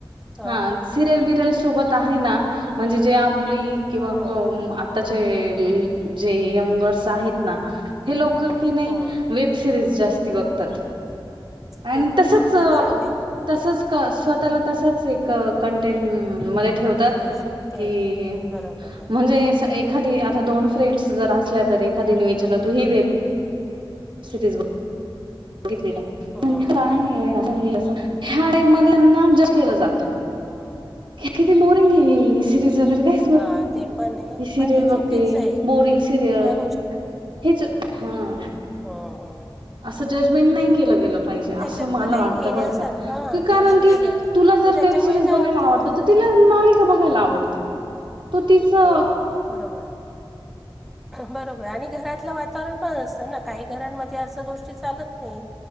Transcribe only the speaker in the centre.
हां
हां
हां
ते खूप
चुकीचं आहे ते
तेच तेच
बरोबर आहे
हां
हं..
हां ते पण आहे
पण ते चुकीचं
आहे
ह्या
हा हा.
त्याच्यातनं
काही
घेण्यासारखं
हां
केलं
नाही गेलं
मग त्याच्यामुळे
काय होतं
हो.. बरोबर. बरोबर आणि घरातलं वातावरण पण असतं ना, काही घरांमध्ये असं गोष्टी चालतं. नाही